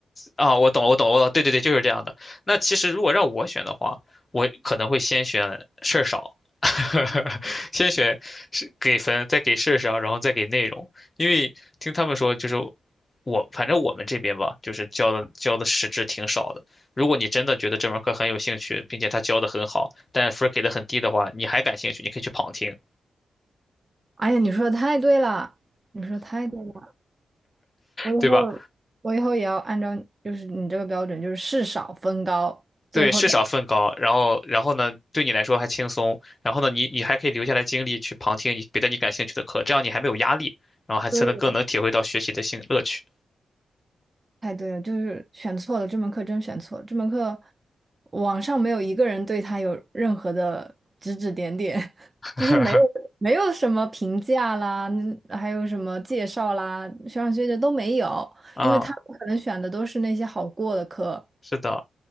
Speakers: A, on the left; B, on the right.
A: 啊，我懂了，我懂了，我懂了，对对对，就是这样的。那其实如果让我选的话，我可能会先选事儿少，<laughs> 先选是给分，再给事儿少，然后再给内容。因为听他们说，就是我反正我们这边吧，就是教的教的实质挺少的。如果你真的觉得这门课很有兴趣，并且他教的很好，但分儿给的很低的话，你还感兴趣，你可以去旁听，
B: 哎呀，你说的太对了，你说得太对了。我以后我以后也要按照就是你这个标准，
A: 对吧？
B: 就是事少分高，最后的。
A: 对，是少分高，然后然后呢，对你来说还轻松，然后呢，你你还可以留下来精力去旁听你别的你感兴趣的课，这样你还没有压力，然后还才能更能体会到学习的兴乐趣
B: 对，太对了，就是选错了，这门课真选错了。这门课网上没有一个人对他有任何的指指点点，<laughs> 就是没有没有什么评价啦，
A: <laughs>。
B: 嗯还有什么介绍啦，学长学姐都没有，
A: 啊，
B: 因为他们可能选的都是那些好过的课，
A: 是的，